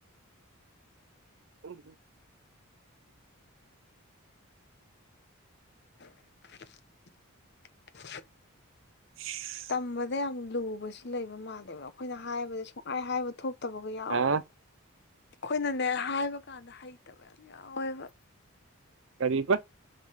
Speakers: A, on the right; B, on the left.
A: <unintelligible>
B: <unintelligible>
A: <unintelligible>
B: ꯈꯨꯝꯕꯗ ꯌꯥꯝ ꯂꯨꯕꯁꯨ ꯂꯩꯕ ꯃꯥꯜꯂꯦꯕ ꯑꯩꯈꯣꯏꯅ ꯍꯥꯏꯕꯗ ꯁꯨꯡꯈꯥꯏ ꯍꯥꯏꯕ ꯊꯣꯛ ꯇꯕꯒ ꯌꯥꯎꯋꯦꯕ
A: ꯑ
B: ꯑꯩꯈꯣꯏꯅꯅꯦ ꯍꯥꯏꯕ ꯀꯥꯟꯗ ꯍꯩꯇꯕ ꯌꯥꯝ ꯌꯥꯎꯋꯦꯕ
A: ꯀꯔꯤꯕ